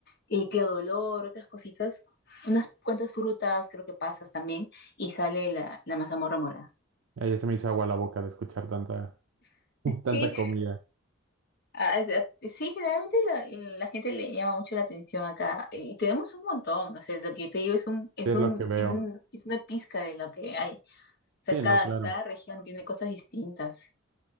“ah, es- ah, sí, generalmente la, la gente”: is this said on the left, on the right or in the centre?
Left